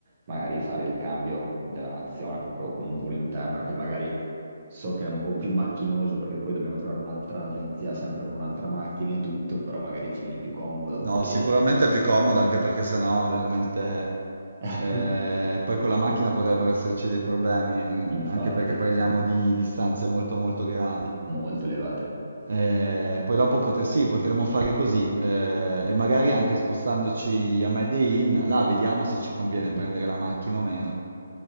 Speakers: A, on the right; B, on the right.
A: magari fare il cambio della nazione proprio con un volo interno che magari So che è un po' più macchinoso perché poi dobbiamo trovare un'altra agenzia sempre con un'altra macchina e tutto, però magari ci viene più comodo
B: No,
A: e...
B: sicuramente è più comodo anche perché sennò veramente
A: <laughs>
B: eh, poi con la macchina potrebbero esserci dei problemi,
A: Infatti,
B: eh, anche perché parliamo di distanze molto molto grandi.
A: molto elevate.
B: Eh, poi dopo potre- sì, potremmo fare così eh, e magari anche spostandoci a Medellin, là vediamo se ci conviene
A: Mhm.
B: prendere la macchina o meno.